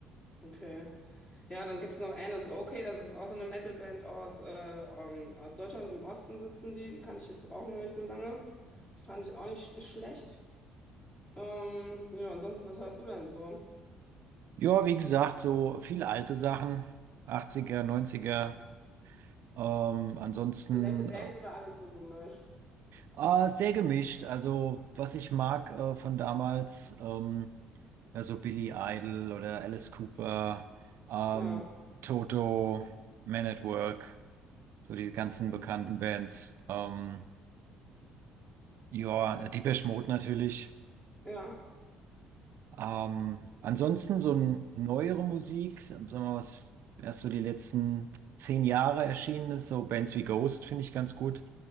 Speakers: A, on the left; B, on the right.
A: Okay. Ja, dann gibt es noch Anus Okay, das ist auch so eine Metalband aus, äh, ähm, aus Deutschland, im Osten sitzen die, die kannte ich jetzt auch noch nicht so lange. Die fand ich auch nicht sch- schlecht. Ähm, ja, ansonsten, was hörst du denn so?
B: Ja, wie gesagt, so viele alte Sachen, Achtziger, neunziger. Ähm, ansonsten
A: Und welche Band
B: äh,
A: wurde alles so gemischt?
B: Ah, sehr gemischt. Also, was ich mag äh, von damals, ähm, also Billy Idol oder Alice Cooper, ähm,
A: Ja,
B: Toto, Man at Work, so die ganzen bekannten Bands. Ähm, ja, Depeche Mode natürlich.
A: ja,
B: Ähm, ansonsten so eine neuere Musik, sagen wir mal, was erst so die letzten zehn Jahre erschienen ist, so Bands wie Ghost finde ich ganz gut